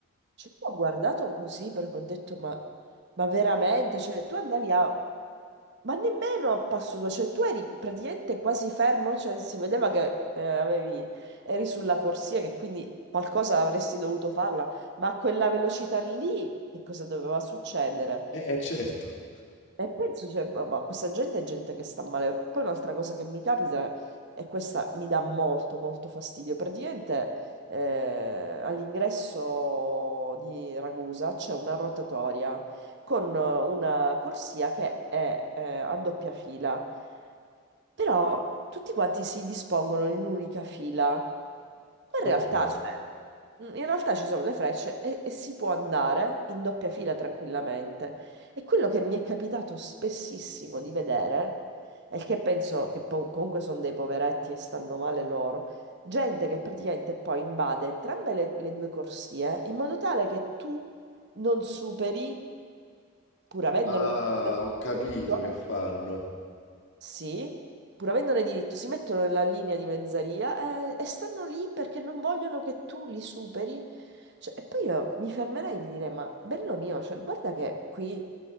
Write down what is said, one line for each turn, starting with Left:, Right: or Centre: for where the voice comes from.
Right: Cioè, io ho guardato così perché ho detto: Ma, ma veramente? Cioè, tu andavi a. Ma nemmeno a passo due, cioè tu eri praticamente quasi fermo, cioè si vedeva che eh, avevi, eri sulla corsia, che quindi qualcosa avresti dovuto farla ma a quella velocità lì, che cosa doveva succedere?
Left: eh, certo.
Right: E penso, cioè, boh, boh, questa gente è gente che sta male. Poi un'altra cosa che mi capita, e questa mi dà molto, molto fastidio, praticamente eh, all'ingresso di Ragusa c'è una rotatoria con eh, una corsia che è eh, a doppia fila, però tutti quanti si dispongono in un'unica fila. Ma
Left: Ok.
Right: In realtà, cioè, Mm, In realtà ci sono le frecce e, e si può andare in doppia fila tranquillamente. E quello che mi è capitato spessissimo di vedere, e che penso che po- comunque sono dei poveretti e stanno male loro, gente che praticamente poi invade entrambe le, le due corsie in modo tale che tu non superi, pur avendone
Left: Ah,
Right: il
Left: ho capito
Right: diritto,
Left: che fanno.
Right: sì, pur avendone diritto, si mettono nella linea di mezzaria eh, e, stanno lì perché non vogliono che tu li superi. Cioè, e poi io mi fermerei di dire, ma bello mio, cioè, guarda che qui